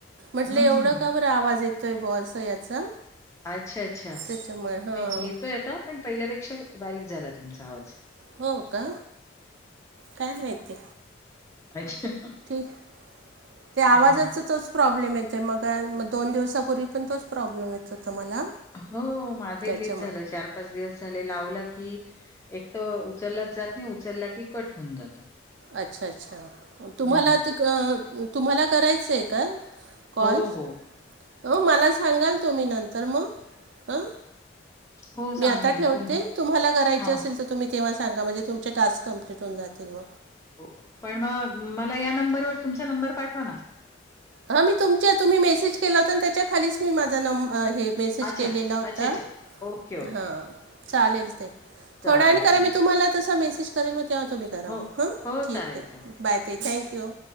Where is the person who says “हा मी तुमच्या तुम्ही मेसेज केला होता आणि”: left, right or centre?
Right